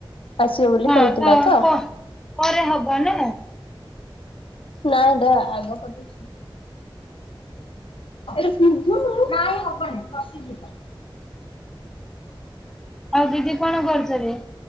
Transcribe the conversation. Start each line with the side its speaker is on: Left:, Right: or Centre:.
Left: ଆସିବ ବୋଲି
Centre: ହଁ
Left: କହିଥିଲା ତ।
Centre: ପ ପରେ ହବ ନା
Left: ନାଇଁ <unintelligible> ଆଗ ପଟେ ହବନି ଫସିଯିବ।
Centre: ଆଉ ଦିଦି କଣ କରୁଛନ୍ତି?